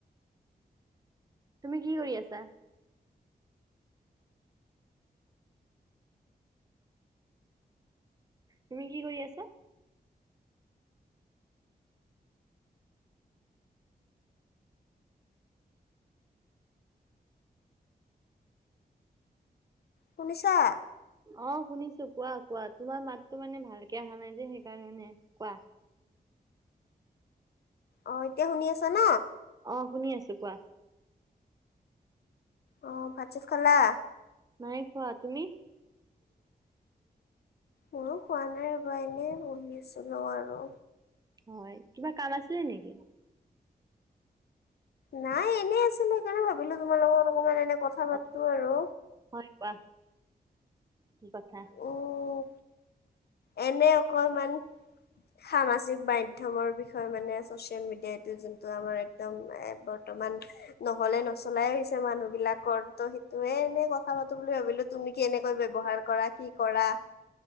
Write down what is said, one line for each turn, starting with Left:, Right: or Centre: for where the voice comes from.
Right: তুমি কি কৰি আছা? তুমি কি কৰি আছা?
Left: শুনিছা?
Right: অ শুনিছো কোৱা কোৱা তোমাৰ মাততো মানে ভালকে অহা নাই যে সেইকাৰণে, কোৱা।
Left: অ এতিয়া শুনি আছা ন?
Right: অহ শুনি আছো কোৱা।
Left: অঁ ভাত চাট খালা?
Right: নাই খোৱা, তুমি?
Left: মোৰো কোৱা নাই ৰব এনে বহিছিলো আৰু।
Right: হয় কিবা কাম আছিলে নেকি
Left: নাই এনে আছিলো সেইকাৰণে ভাবিলো তোমাৰ লগত অকমান কথা পাতো
Right: অ
Left: আৰু।
Right: হয় কোৱা কি কথা?
Left: উম এনে অকণমান। সামাজিক মাধ্যমৰ বিষয়ে মানে ছচিয়েল মিডিয়া এইটো যোনটো আমাৰ একদম অমান নহলে নচলাই আহিছে মানুহবিলাকৰ তো সেইটোয়ে এনেই কথা পাতো বুলি ভাবিলো। তুমি কেনেকৈ ব্যৱহাৰ কৰা কি কৰা?